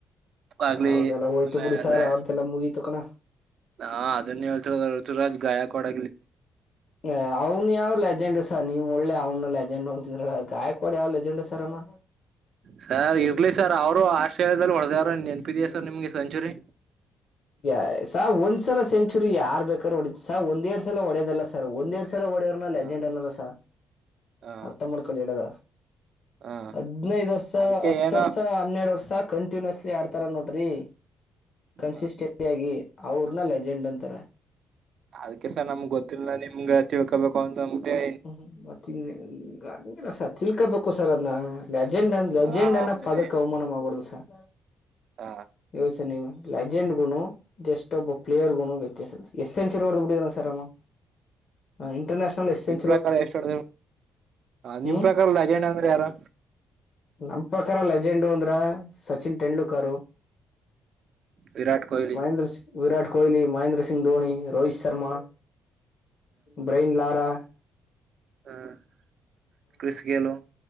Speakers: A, on the right (about 60°); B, on the left (about 55°).
A: ಆಗ್ಲಿ
B: ಅವ್ರ್ದದೆಲ್ಲ ಹೋತು
A: ಆಮೇಲೆ
B: ಬಿಡಿ ಸರ್ ಅವ್ರ್ದೆಲ್ಲ ಮುಗೀತು ಕಣೋ
A: ಹಾ ಅದನ್ನ ಹೇಳ್ತಿರ ಋತುರಾಜ್ ಗಾಯಕವಾಡ
B: ಹ ಅವನ ಯಾವ ಲೆಜೆಂಡ ನೀವ್ ಒಳ್ಳೆ ಅವ್ನ ಲೆಜೆಂಡ್ ಹೊಂತಿದ್ರ ಗಾಯಕ್ವಾಡ ಯಾವ್ ಲೆಜೆಂಡ್ ಸರ ಅಮ್ಮ
A: ಸರ್ ಇರ್ಲಿ ಸರ್ ಅವರು ಆಸ್ಟ್ರೇಲಿಯಾದಲ್ಲಿ ಹೊಡೆದಾರರು ನೆನಪಿದ್ಯಾ ಸರ್ ನಿಮ್ಗೆ ಸೆಂಚುರಿ
B: ಯ ಸಹ ಒಂದ್ ಸಲ ಸೆಂಚುರಿ ಯಾರ್ ಬೇಕಾದ ಹೊಡ ಸ ಒಂದೆರಡ್ ಸಲ ಹೊಡ್ಯದಲ್ಲ ಸರ್ ಒಂದೆರಡ್ ಸಲ ಹೊಡ ಡವ್ನ
A: ಹ
B: ಲೆಜೆಂಡ್ ಅನ್ನಾಲ್ಲ ಸ
A: ಹ
B: ಅರ್ಥ ಮಾಡ್ಕೊಳ್ಳಿ ಹೇಳದ
A: ಹ
B: ಹದ್ನೈದ ವರ್ಷ
A: ಅದಕ್ಕೆ
B: ಹತ್ತು
A: ಏನೋ
B: ವರ್ಷ ಹನ್ನೆರಡು ವರ್ಷ ಕಂಟಿನ್ಯಸ್ಲಿ ಆಡ್ತಾರ ನೋಡ್ರಿ ಕನ್ಸಿಸ್ಟೆನ್ಸಿ
A: ಹ
B: ಯಾಗಿ ಅವ್ರನ ಲೆಜೆಂಡ್ ಅಂತಾರ
A: ಅದ್ಕ್ಕೆ ಸರ್ ನಮ್ಗ್ ಗೊತ್ತಿಲ್ಲ ನಿಮ್ಗ ತಿಳ್ಕೊಬೇಕು ಅಂತಂದ್ಬಟ್ಟೆ
B: ಹ ಮತ್ತ ಗಲುು <unintelligible> ಅಲ್ಲ ಸರ್ ತಿಳ್ಕೋಬೇಕು ಸರ್ ಅದ್ನ ಲೆಜೆಂಡ್ ಲೆಜೆಂಡ್
A: ಹಾ
B: ಅನ್ನ
A: ಅದನ್ನೇ
B: ಪದಕ್ ಅವಮಾನ ಮಾಡ್ಬಾರಡದು ಸರ್
A: ಹ
B: ಇವಾಗ ಸ ಲೆಜೆಂಡ್ ಗುನು ಜಸ್ಟ್ ಒಬ್ಬ ಪ್ಲೇರ್ಗುನು ವ್ಯತ್ಯಾಸ ಅದ ಸ ಎಷ್ಟು ಸೆಂಚರಿ ಓಡಬಿಟ್ಟಿದಿನು ಸರ್ ಅವ ಹ ಇಂಟರ್ನ್ಯಷನಲ್ ಎಸ್ಟ್ ಸೆಂ
A: ನಿಮ್ ಪ್ರಕಾರ ಎಷ್ಟು ನಿಮ್
B: ಹ್ಮ್
A: ಪ್ರಕಾರದ ಲೆಜೆಂಡ್ ಅಂದ್ರೆ ಯಾರು
B: ನಮ್ ಪ್ರಕಾರ ಲೆಜೆಂಡ್ ಅಂದ್ರ ಸಚಿನ್ ತೆಂಡೂಲ್ಕರ್
A: ವಿರಾಟ್ ಕೊಹ್ಲಿ
B: ಮಹೇಂದ್ರ ಸಿಂಗ್ ವಿರಾಟ್ ಕೊಹ್ಲಿ ಮಹೇಂದ್ರ ಸಿಂಗ್ ಧೋನಿ ರೋಹಿತ್ ಶರ್ಮಾ ಬ್ರೈನ್ ಲಾರಾ
A: ಹ ಕ್ರಿಸ್ಗೆಲುೋ